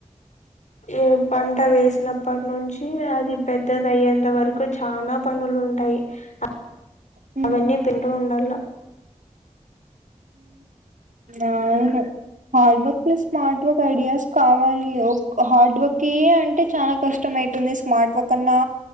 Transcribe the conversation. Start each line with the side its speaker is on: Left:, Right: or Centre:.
Left: ఏ పంట వేస్ చిన్నప్పట్ నుంచి అది పెద్దదయ్యేంత వరకు చాన పనులుంటయ్ అ
Right: అవును
Left: అవన్నీ పింటూ ఉండల
Right: అవును hard work plus smart work ideas కావాలి ఒ హార్డ్ వర్క్ కే అంటే చాలా కష్టం మైతుంది స్మార్ట్ వర్క్ అన్నా